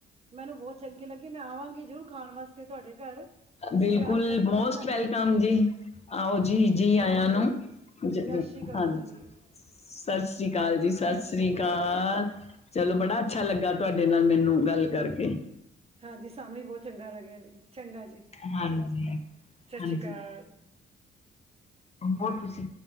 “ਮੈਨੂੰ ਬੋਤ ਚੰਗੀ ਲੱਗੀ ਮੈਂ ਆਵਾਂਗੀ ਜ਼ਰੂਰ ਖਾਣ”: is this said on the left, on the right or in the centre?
Right